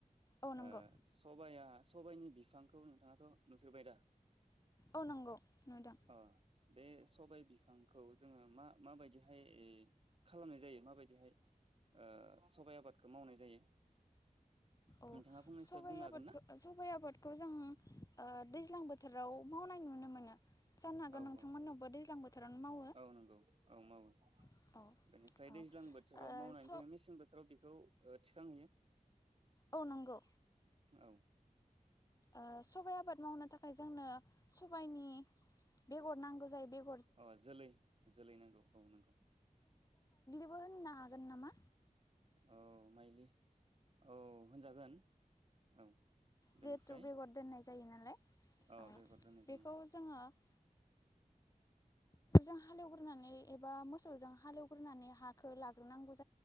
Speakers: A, on the left; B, on the right.
A: औ नंगौ
B: ओ सबाया सबाइनि बिफांखौ नोंथाङाथ' नुफेरबाय दा?
A: औ नंगौ नुदों
B: अ बे सबाय बिफांखौ जोङो मा माबायदिहाय खालामनाय जायो माबायदिहाय ओ सबाइ आबादखौ मावनाय जायो?
A: औ
B: नोंथाङा फंनैसो
A: सबाइ
B: बुंनो हागोन
A: आबादखौ
B: ना
A: सबाइ आबादखौ जों ओ दैज्लां बोथोराव मावनाय नुनो मोनो। जानो हागौ
B: औ
A: नोंथांमोननावबो
B: औ
A: दैज्लां बोथोरावनो मावो
B: औ नंगौ औ मावो
A: औ
B: बेनिफ्राय
A: औ ओ
B: दैज्लां बोथोराव मावनानै
A: स
B: जोङो मेसें बोथोराव बेखौ ओ थिखांहैयो
A: औ नंगौ
B: औ
A: ओ सबाइ आबाद मावनो थाखाय जोंनो सबाइनि बेगर नांगौ जायो बे
B: अ जोलै जोलै नांगौ औ नंगौ।
A: बो होननो हागोन नामा?
B: औ माइलि औ होनजागोन औ
A: जिहेथु
B: बेनिफ्राय
A: बेगर दोननाय जायो नालाय
B: औ
A: ओ
B: बेगर दोननाय
A: बेखौ
B: जायो।
A: जोङो ओ जों हालेवगोरनानै एबा मोसौजों हालेवगोरनानै हाखौ लागोरनांगौ जा